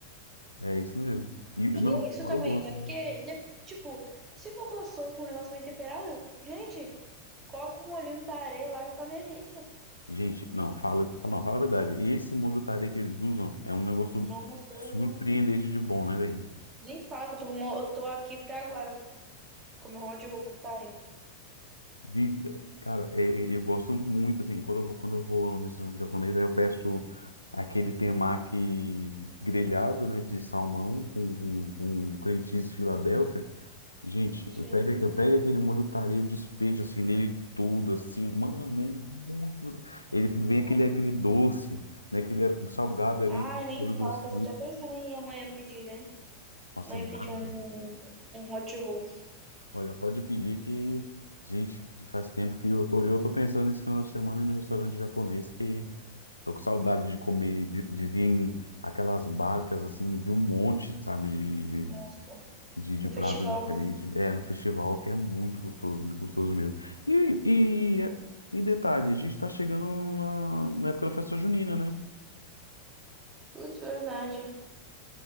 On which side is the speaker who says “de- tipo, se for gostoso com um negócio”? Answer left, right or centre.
Right